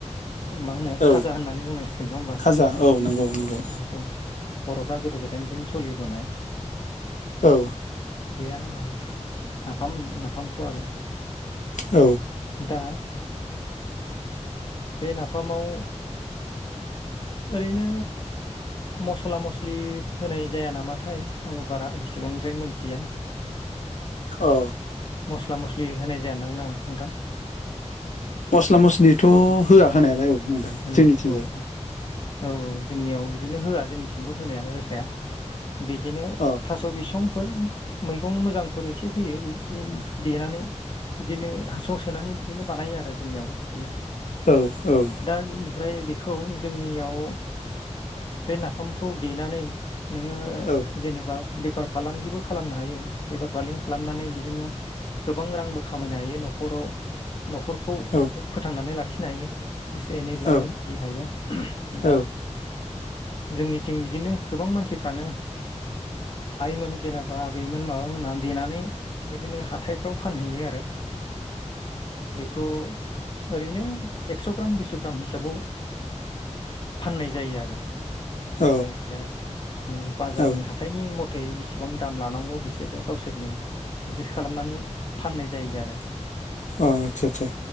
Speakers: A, on the left; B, on the left.
A: मा होनो
B: औ
A: खाजा होननानै बुंनांसिगोन नङा होमबा
B: खाजा औ नंगौ नंगौ
A: औ औ बर'फ्रा गोदो गोदायनिफ्रायनो सोलिबोनाय
B: औ
A: बे ओ नाफाम नाफामखौ आरो
B: औ
A: दा बे नाफामाव ओरैनो मस्ला मस्लि होनाय जाया नामाथाय आंबो बारा एसे बांद्राय मोनथिया
B: औ
A: मस्ला मस्लि होनाय जायादां ना नोंथां
B: मस्ला मस्लिथ' होआ होनायालाय औ नोंथां
A: औ
B: जोंनिथिंजाय
A: औ औ औ जोंनियाव बिदिनो होआ जोंनिथिंबो होनायानो होखाया बिदिनो
B: औ
A: थास' बिसं फोर मैगं मोजांफोर एसे होयो बे देनानै बिदिनो हास'आव सोनानै बिदिनो बानायो आरो जोंनियावबो बिदिनो
B: औ औ
A: दा ओमफ्राय बेखौ जोंनियाव बे नाफामखौ देनानै नोङो
B: औ
A: जेनेबा बेफार फालांगिबो खालामनो हायो बेफार फालांगि खालामनानै बेजोंनो गोबां रांबो खामायनो हायो न'खराव न'खरखौ
B: औ
A: फोथांनानै लाखिनो हायो। एसे एनैब्लाबो
B: औ
A: जि हायो दा
B: औ
A: जोंनिथिं बिदिनो गोबां मानसिफ्रानो आइमोन जेनेबा बा आबैमोन माबामोना देनानै बिदिनो हाथायफ्राव फानहैयो आरो बेखौ ओरैनो एक्स' ग्राम बिसग्राम हिसाबाव फाननाय जायो आरो
B: औ
A: जायखिाया उम बाजारनि
B: अ आदसा
A: हाथाइनि मथे यै बेसेबां दाम लानांगौ बिसोरो गावसोरनो एडजासट खालामनानै फाननाय जायो आरो।
B: अ' आतसा आतसा